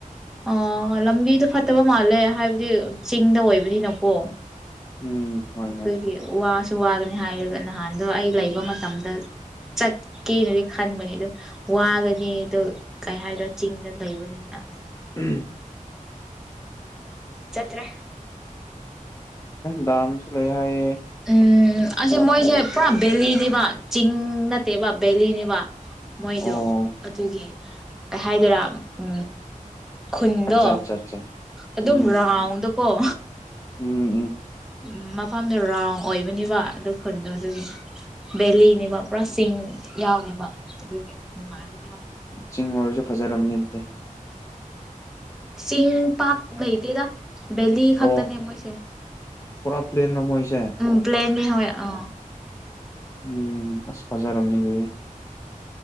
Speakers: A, in the centre; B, on the left.
A: ꯑ ꯂ ꯂꯝꯕꯤ ꯐ ꯐꯠꯇꯕ ꯃꯥꯜꯂꯦ ꯍꯥꯏꯕꯗꯤ ꯆꯤꯡꯗ ꯑꯣꯏꯕꯅꯤꯅꯀꯣ
B: ꯎꯝ ꯍꯣꯏ
A: ꯑꯗꯨꯗꯒꯤ
B: ꯍꯣꯏ
A: ꯋꯥꯁ ꯁꯨ ꯋꯥꯒꯅꯤ ꯍꯥꯏꯔꯒ ꯅꯍꯥꯟꯗꯣ ꯑꯩ ꯂꯩꯕ ꯃꯇꯝꯗ ꯆꯠꯀꯦꯅꯗꯤ ꯈꯟꯕꯅꯤ ꯑꯗꯨꯝ ꯋꯥꯒꯅꯤ ꯑꯗꯣ ꯀꯩ ꯍꯥꯏꯗ꯭ꯔꯥ ꯆꯤꯡꯗ ꯂꯩꯕꯅꯤꯅ
B: ꯎ
A: ꯆꯠꯇ꯭ꯔꯦ
B: ꯗꯝ ꯆ ꯂꯩꯦ ꯍꯥꯏꯥꯏꯌꯦ
A: ꯎꯝ ꯑꯁ ꯃꯣꯏꯁꯦ ꯄꯨꯔꯥ ꯕꯦꯜꯅꯤꯕ ꯆꯤꯡ ꯅꯠꯇꯦꯕ ꯕꯦꯂꯤꯅꯦꯕ ꯃꯣꯏꯗꯣ
B: ꯑꯣ
A: ꯑꯗꯨꯒꯤ ꯀꯩ ꯍꯥꯏꯗꯣꯏꯔꯥ ꯎ ꯈꯨꯟꯗꯣ
B: ꯑꯠꯆꯥ ꯑꯠꯆꯥ ꯑꯠꯆꯥ
A: ꯑꯗꯨꯝ
B: ꯎꯝ
A: ꯔꯥꯎꯟꯗꯣ ꯑꯣ
B: ꯎꯝ ꯎꯝ
A: ꯎꯝ ꯃꯐꯝꯗꯔꯥꯎꯑꯣ ꯑꯣꯏꯕꯅꯤꯕ ꯑꯗꯨ ꯈꯨꯟꯗꯣ ꯑꯗꯨꯒꯤ ꯕꯦꯂꯤꯅꯦꯕ ꯄꯨꯔꯥ ꯆꯤꯡ ꯌꯥꯎꯕ ꯑꯗꯨꯒꯤ ꯅꯨꯡꯉꯥꯏꯕ
B: ꯆꯤꯡ ꯑꯣꯏꯔꯁꯨ ꯐꯖꯔꯔꯕꯅꯤ ꯑꯦ
A: ꯆꯤꯡ ꯄꯥꯛ ꯂ ꯩꯇꯦꯗ ꯚꯦꯂꯤ ꯈꯛꯇꯅꯤ
B: ꯑꯣ
A: ꯃꯣꯏꯁꯦ
B: ꯄꯨꯔꯥ ꯄ꯭ꯂꯦꯟꯔꯣ ꯃꯣꯏꯁꯦ
A: ꯎꯝ ꯄ꯭ꯂꯟꯅꯤ ꯍꯣꯏ ꯑ
B: ꯎꯝ ꯑꯁ ꯐꯥꯖꯔꯝꯅꯤ ꯑꯗꯨꯗꯤ